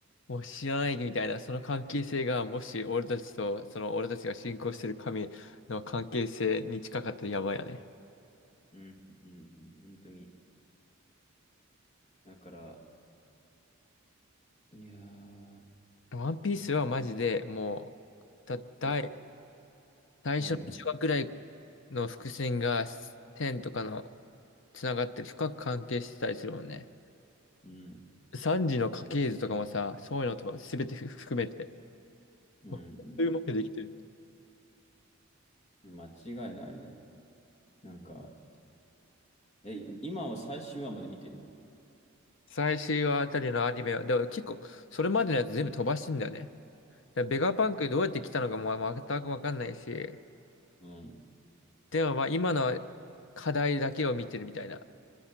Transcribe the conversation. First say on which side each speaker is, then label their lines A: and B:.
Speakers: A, on the left (about 60°); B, on the left (about 30°).
A: もう知らないみたいな、その関係性が、もし俺たちと、その俺たちが信仰してる神の関係性に近かったらやばいよね。
B: うん、うん、うん本当に。だから、いやー、
A: ワンピースはマジで、もう、だ、大、
B: え、
A: 最初の1話くらい
B: うん、
A: の伏線が、天とかの、つながって深く関係してたりするもんね。
B: うん、
A: 三時の家系図とかもさ、そういうのとか全て含めて、
B: うん、
A: もう、そういうまくできてる。
B: うん。間違いないよね。なんか、え、今は最終話まで見てんの
A: 最終話あたりのアニメは、でも結構、それまでのやつ全部飛ばしてんだよね。でベガパンクどうやって来たのかもまあ全くわかんないし、
B: うん。
A: でもまあ今の課題だけを見てるみたいな。